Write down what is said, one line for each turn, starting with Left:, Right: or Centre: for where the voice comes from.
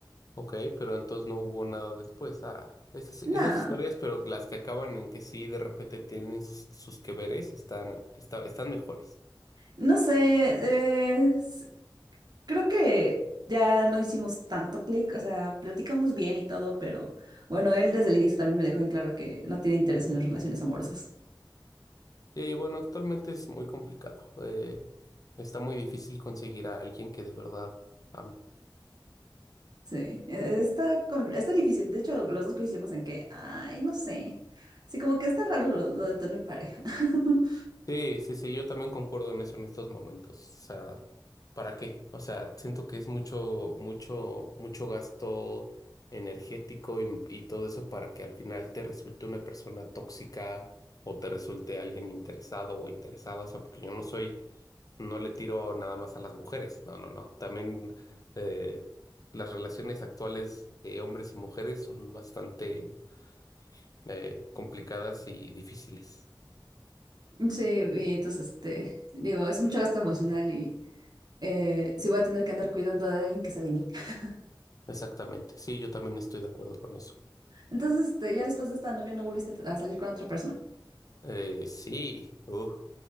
Left: Ok, pero entonces no hubo nada después. Ah, esas, esas
Right: No,
Left: historias, pero las que acaban en que sí de repente tienen sus, sus que veres, están, está- están mejores.
Right: no sé, eh, s- creo que ya no hicimos tanto clic, o sea, platicamos bien y todo, pero bueno, él desde el inicio también me dejó en claro que no tiene interés en las relaciones amorosas.
Left: Eh, bueno, actualmente es muy complicado. eh, está muy difícil conseguir a alguien que de verdad ame.
Right: Sí, e- está, com- está difícil. De hecho, los dos coincidimos en que, ay, no sé. Sí, como que está raro lo, lo de tener pareja. <laughs>
Left: Sí, sí, sí, yo también concuerdo en eso en estos momentos. O sea, ¿para qué? O sea, siento que es mucho, mucho, mucho gasto energético y, y todo eso para que al final te resulte una persona tóxica o te resulte alguien interesado o interesada. O sea, porque yo no soy, no le tiro nada más a las mujeres. No, no, no. También eh, las relaciones actuales de hombres y mujeres son bastante eh, complicadas y difíciles.
Right: Sí, y entonces, este, digo, es mucho gasto emocional y eh, sí voy a tener que andar cuidando de alguien que sea de mí. <laughs>
Left: Exactamente. Sí, yo también estoy de acuerdo con eso.
Right: Entonces, este, ya después de esta novia no volviste a salir con otra persona.
Left: Eh, sí, uh,